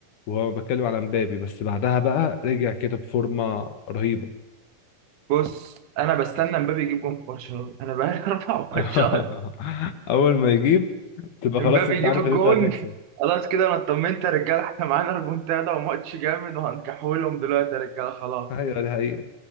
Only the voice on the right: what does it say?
بص انا بستنى امبابي يجيب جون في برشلونه انا بقالي <laughs> 24
شهر
امبابي
يجيب
الجون
خلاص كده انا اطمنت يا رجاله احنا معانا ريمونتادا وماتش جامد وهنكحولهم دلوقتي يا رجاله خلاص